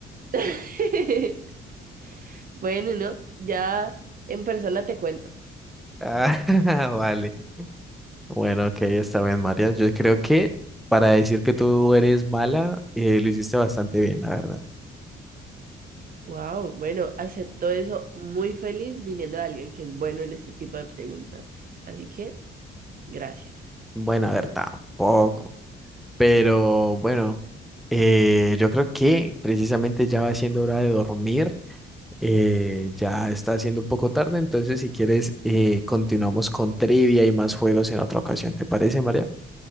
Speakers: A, on the right (about 45°); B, in the centre.
A: <laughs> Bueno, ¿no? Ya en persona te cuento.
B: Ah, <laughs> vale. Bueno, ok, está bien, María. Yo creo que para decir que tú eres mala, eh, lo hiciste bastante bien, la verdad.
A: Wow, bueno, acepto eso muy feliz viniendo de alguien que es bueno en este tipo de preguntas. Así que, gracias.
B: Bueno, a ver, tampoco. Pero bueno, eh, yo creo que precisamente ya va siendo hora de dormir. eh, ya está siendo un poco tarde, entonces si quieres eh, continuamos con trivia y más juegos en otra ocasión. ¿Te parece, María?